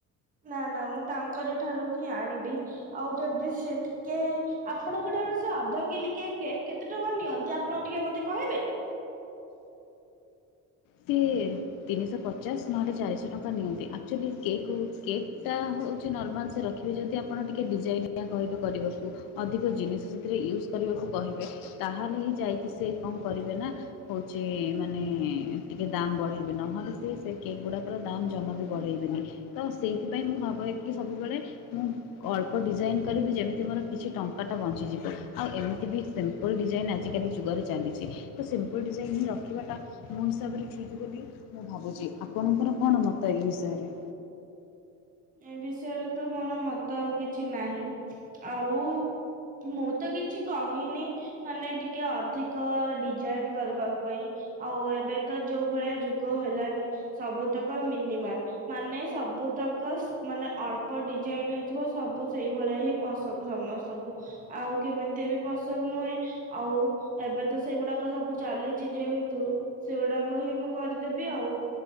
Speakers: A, on the right; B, on the left.
A: ନା ନା ମୁଁ ତାଙ୍କରି ଠାରୁହିଁ ଆଣିବି ଆଉ ଯଦି ସେ ଟିକେ ଆପଣଙ୍କ ଠାରୁ ସେଅଧ କିଲିକିଆ କେକ୍ କେତେ ଟଙ୍କା ନିଅନ୍ତି ଆପଣ ଟିକେ ମତେ କହିବେ?
B: ସିଏ ତିନିଶହ ପଚାଶ ନହେଲେ ଚାରିଶହ ଟଙ୍କା ନିଅନ୍ତି ଆକ୍ଚୋଲି କେକ୍ କେକେଟା ହୋଇଛି ନର୍ମାଲ ସୁରକ୍ଷି ଏବେ ଯଦି ଆପଣ ଟିକିଏ ଡିଜାଇନ୍ ନିଆ କହିବେ କରିବାକୁ ଅଧିକ ଜିନିଷ ସେଥିରେ ୟୁଜ୍ କରିବାକୁ କହିବେ ତାହେଲେ ହିଁ ଯାଇକି ସେକଁ କରିବେ ନା ହଉଚି ମାନେ ଟିକେ ଦାମ୍ ବଢ଼ାଇବେ ନହେଲେ ସିଏ ସେକେକ୍ ଗୁଡ଼ାକର ଦାମ୍ ଜମାବି ବଢ଼ାଇବେନି। ତ ସେଇଥି ପାଇଁ ମୁଁ ଭାବଇକି ସବୁ ବେଳେ ମୁଁ ଅଳ୍ପ ଡିଜାଇନ୍ କରିବି ଯେମିତି ମୋର କିଛି ଟଙ୍କାଟା ବଞ୍ଚିଯିବ ଆଉ ଏମିତିବି ସେମି ପୁଲ୍ ଡିଜାଇନ୍ ଆଜିକାଲି ଯୁଗରେ ଚାଲିଚି ତସିମ୍ପୁଲ୍‌ ଡିଜାଇନ୍ ହିଁ ରଖିବାଟା ମୋ ହିସାବରେ ଠିକ୍ ବୋଲି ମୁଁ ଭାବୁଚି ଆପଣଙ୍କର କଣ ମତ ଏବିଷୟରେ?
A: ଏ ବିଷୟରେତ ମୋର ମତ ଆଉ କିଛି ନାହିଁ ଆଉ ମୁଁ ତ କିଛି କହିନି ମାନେ ଟିକେ ଅଧିକ ଡିଜାଇନ୍‌ କରିବା ଉ ପାଇଁ। ଆଉ ଏବେ ତ ଯୋଉ ଭଳିଆ ଯୁଗ ହେଲାଣି। ସବୁ ତକ ମିନିମାଲ୍ ମାନେ ସବୁ ତ ଅପ୍‌କସ୍‌ ମାନେ ଅଳ୍ପ ଡିଜାଇନ୍‌ହେଇଥିବ ସବୁ ସେଇ ଭଳିଆ ହିଁ ପସନ୍ଦ ସମସ୍ତଙ୍କୁ। ଆଉ କେମିତିଆ ବି ପସନ୍ଦ ନୁହେଁ ଆଉ ଏବେ ତ ସେଗୁଡ଼ାକ ସବୁ ଚାଲିଚି ଯେହେତୁ ସେଗୁଡ଼ାକ ହିଁ ମୁଁ କରିଦେବି ଆଉ।